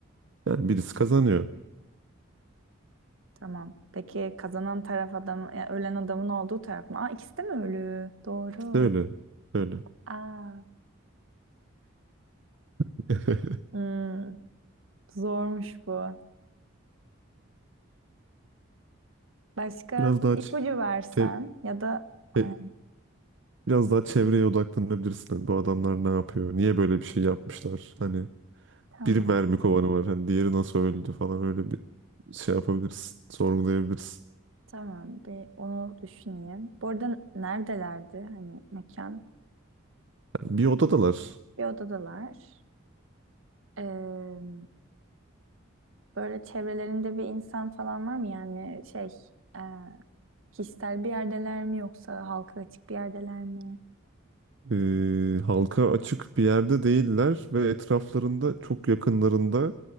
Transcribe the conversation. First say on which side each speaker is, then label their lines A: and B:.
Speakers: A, on the right; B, on the right.
A: Yani birisi kazanıyor.
B: Tamam. Peki kazanan taraf adam, yani ölen adamın olduğu taraf mı? Aa ikisi de mi ölü? Doğru.
A: İşte öyle. Öyle.
B: Aa.
A: <laughs>
B: Hmm. Zormuş bu. Başka
A: Biraz daha ç-
B: ipucu versen
A: çe-
B: ya da hani
A: e, biraz daha çevreye odaklanabilirsin. Hani bu adamlar ne yapıyor? Niye böyle bir şey yapmışlar? Hani
B: tamam
A: bir mermi kovanı var. Hani diğeri nasıl öldü falan öyle bir şey yapabilirsin. Sorgulayabilirsin.
B: tamam bir onu düşüneyim. Bu arada neredelerdi hani mekan?
A: Yani bir odadalar.
B: Bir odadalar. Ee, böyle çevrelerinde bir insan falan var mı? Yani şey e, kişisel bir yerdeler mi yoksa halka açık bir yerdeler mi?
A: Ee, halka açık bir yerde değiller ve etraflarında çok yakınlarında